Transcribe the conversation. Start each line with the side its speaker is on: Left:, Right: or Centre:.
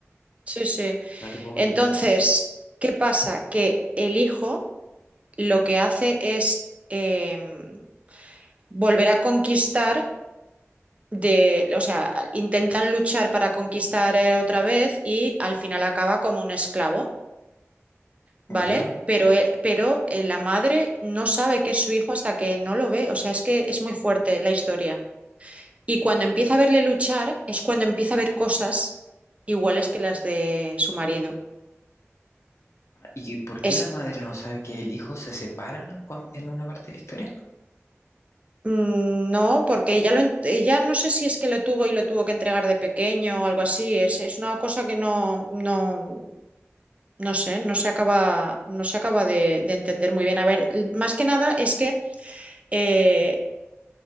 Right: Sí, sí.
Left: no te puedo
Right: Entonces,
Left: creer.
Right: ¿qué pasa? Que el hijo lo que hace es em, volver a conquistar de, o sea, intentan luchar para conquistar eh, otra vez y al final acaba como un esclavo. ¿vale?
Left: ¿Ya?
Right: Pero, eh, pero eh, la madre no sabe que es su hijo hasta que no lo ve. O sea, es que es muy fuerte la historia. Y cuando empieza a verle luchar, es cuando empieza a ver cosas iguales que las de su marido.
Left: ¿Y por qué
Right: Es.
Left: la madre no sabe que el hijo se separan cuan- en una parte de la historia?
Right: mm, No, porque ella, lo, en- ella no sé si es que lo tuvo y lo tuvo que entregar de pequeño o algo así. Es, es una cosa que no, no, no sé, no se acaba, no se acaba de, de entender muy bien. A ver, l- más que nada es que eh,